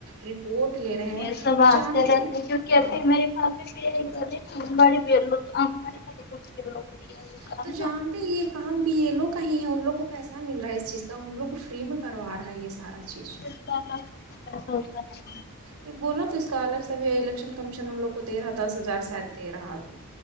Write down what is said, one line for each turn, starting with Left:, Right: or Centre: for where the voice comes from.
Right: رپورٹ لے رہے ہیں
Left: یہ سب
Right: اور
Left: آتے
Right: جانتے ہیں
Left: <unintelligible> دیا یہ کام
Right: تو جانتے
Left: نا
Right: یہ کام بھی یہ لوگ کا ہی ہے ان لوگ کو پیسہ مل رہا ہے اس چیز کا ا ہم لوگ کو فری میں کروا رہا ہے یہ سارا چیز
Left: <unintelligible> پسو ہوس نہیں <inaudible>
Right: یہ بولو تو اس کا الگ سے بھی الیکشن کمیشن ان لوگ کو دے رہا دس ہزار ساید دے رہا ابھی